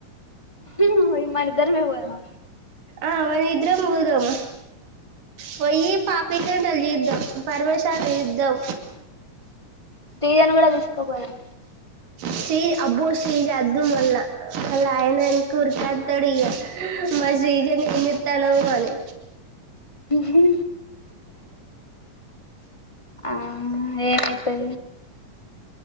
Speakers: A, on the left; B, on the right.
A: హుమ్ మనిద్దరమే పోదాం
B: ఆ మనిద్దరం పోదాం. పోయి పాపికొండలు చూద్. ద్దం పరమేశ యుద్ధం
A: టీజను కూడా తీసుకపోదాం.
B: శ్రీ అబ్బో శ్రీజ అద్దు మళ్ళ వల్ల ఆయన ఎనక ఊరుకొత్తాడు ఇగ మా శ్రీజని ఏం చెత్తనావ్ అని.
A: ఉహు. ఆ ఏమైతది